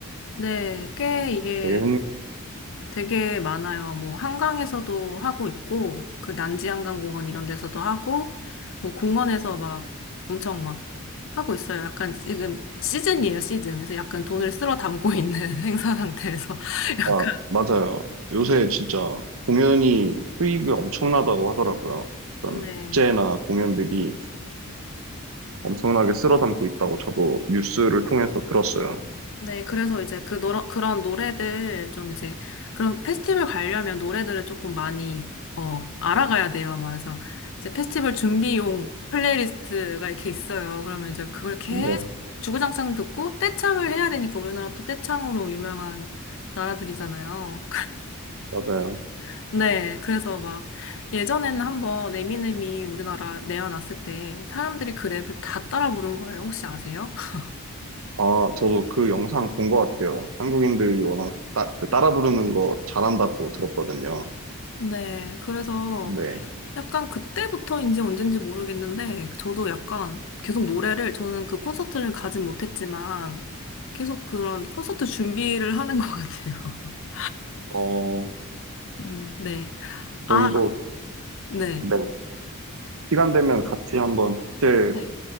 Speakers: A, on the left; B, on the right.
A: 네. 꽤
B: 어,
A: 이게
B: 되게
A: 되게 많아요. 뭐 한강에서도 하고 있고 그 난지한강공원 이런 데서도 하고 뭐 공원에서 막 엄청 막 하고 있어요. 약간 지금 시즌이에요, 시즌. 그래서 약간 돈을 쓸어 담고 있는 <laughs> 행사 상태에서 <laughs> 약간
B: 아, 맞아요. 요새
A: 음,
B: 진짜 공연이 수익이 엄청나다고 하더라고요. 그런
A: 네.
B: 축제나 공연들이 엄청나게 쓸어담고 있다고 저도 뉴스를 통해서 들었어요.
A: 네, 그래서 이제 그 노 그런 노래들 좀 이제 그런 페스티벌 가려면 노래들을 조금 많이 어 알아가야 돼요. 막 그래서 이제 페스티벌 준비용 플레이리스트가 이렇게 있어요. 그러면 이제 그걸 계속
B: 네,
A: 주구장창 듣고 떼창을 해야 되니까 우리나라 또 떼창으로 유명한 나라들이잖아요.
B: 맞아요.
A: <laughs> 네, 그래서 막 예전에는 한번 에미넴이 우리나라 내어놨을 때 사람들이 그 랩을 다 따라 부른 거예요. 혹시 아세요? <laughs>
B: 아, 저도 그 영상 본 것 같아요. 한국인들이 워낙 따, 그 따라 부르는 거 잘한다고 들었거든요.
A: 네, 그래서
B: 네.
A: 약간 그때부터인지 언젠지 모르겠는데, 저도 약간 계속 노래를, 저는 그 콘서트를 가진 못했지만, 계속 그런 콘서트 준비를 하는 것 같아요. <laughs>
B: 어,
A: 음, 네. 아,
B: 저희 도
A: 네.
B: 네. 시간 되면 같이 한번 축제
A: 네.